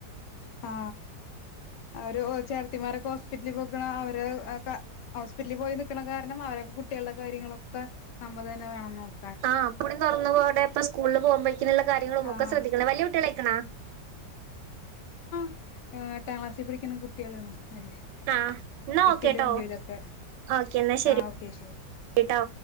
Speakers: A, on the left (about 75°); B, on the right (about 75°).
A: ആ അവര് ചേട്ടത്തിമാര് ഹോസ്പിറ്റലിൽ പോയിക്കണ അവര് ഹോസ്പിറ്റലിൽ പോയി നിക്കണ കാരണം അവരെ കുട്ടികളുടെ കാര്യങ്ങളൊക്കെ നമ്മ തന്നെ വേണം നോക്കാൻ
B: ആഹ്പ്പൊടും <unintelligible> തുറന്നപോ സ്കൂൾ <inaudible> കാര്യങ്ങളും ഒക്കെ
A: ആഹ്
B: ശ്രദ്ധിക്കണ വലിയ കുട്ടികൾ ആയിക്കാനോ
A: ആ എട്ടാം ക്ലാസിൽ പഠിക്കുന്ന കുട്ടികളാണ് അ
B: ആഹ് എന്നാ
A: എട്ടിലും
B: ഓക്കേട്ടോ
A: ഒമ്പിലോ ഒക്കെ
B: ഓക്കെ എന്നാ ശരി
A: ആ ഓക്കെ ശരി
B: ട്ടോ